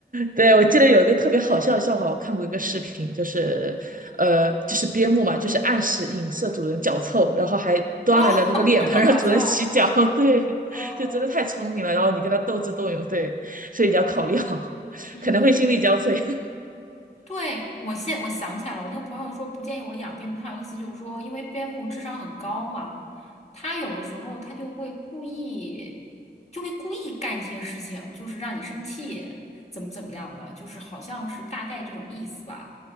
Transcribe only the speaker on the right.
对我记得有一个特别好笑的笑话，我看过一个视频，就是呃，就是边牧嘛，就是暗示影射主人脚臭，然后还端来了那个脸盆让主人洗脚，
<laughs> 对，
就真的太聪明了。然后你跟他斗智斗勇，对，所以你要考虑好，
可能会心力交瘁。<laughs>